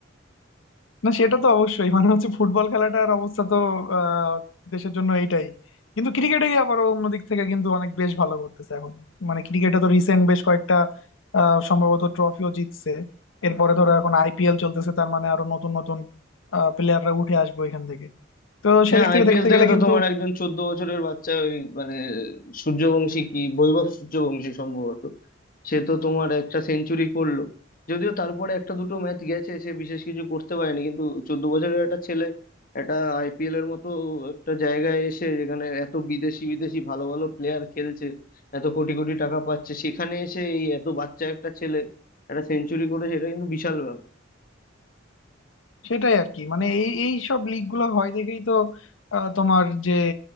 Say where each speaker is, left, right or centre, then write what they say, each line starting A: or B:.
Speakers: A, on the left; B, on the left.
A: না সেটা তো অবশ্যই মানে হচ্ছে ফুটবল খেলাটার অবস্থা তো আহ, দেশের জন্য এইটাই কিন্তু ক্রিকেটে গিয়ে আবার অন্য দিক থেকে কিন্তু অনেক বেশ ভালো করতেছে এখন মানে ক্রিকেটে তো রিসেন্ট বেশ কয়েকটা আহ, সম্ভবত ট্রফিও জিতছে এরপরে ধরো এখন আইপিএল চলতেছে তার মানে আরো নতুন নতুন প্লেয়াররা উঠে আসবে এখান থেকে তো সেদিক
B: হ্যাঁ
A: থেকে
B: আইপিএল
A: দেখতে
B: থেকে
A: গেলে
B: তো
A: কিন্তু
B: তোমার একজন চোদ্দ বছরের বাচ্চা ওই মানে সূর্যবংশী কি বৈভব সূর্যবংশী সম্ভবত সে তো তোমার একটা সেঞ্চুরি করলো যদিও তারপরে একটা দুটো ম্যাচ গেছে সে বিশেষ কিছু করতে পারেনি কিন্তু চোদ্দ বছরের একটা ছেলে একটা আইপিএল এর মতো একটা জায়গায় এসে যেখানে এত বিদেশি বিদেশি ভালো ভালো প্লেয়ার খেলছে এত কোটি কোটি টাকা পাচ্ছে সেখানে এসে এই এত বাচ্চা একটা ছেলে একটা সেঞ্চুরি করেছে এটা কিন্তু বিশাল ব্যাপার
A: সেটাই আর কি মানে এই এই সব লিগ গুলো হয় দেখেই তো আহ, তোমার যে